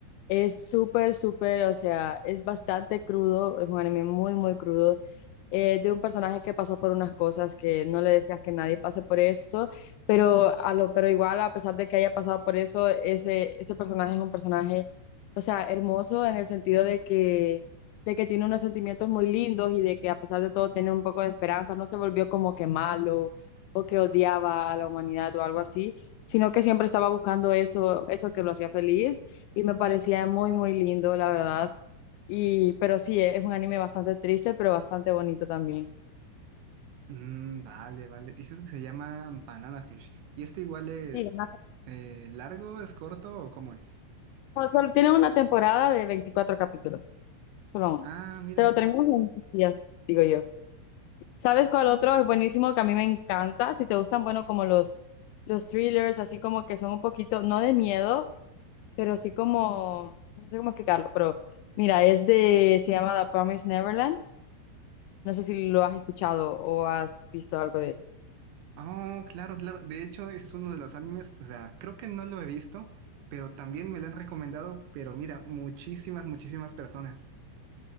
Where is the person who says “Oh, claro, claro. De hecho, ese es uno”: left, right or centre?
Right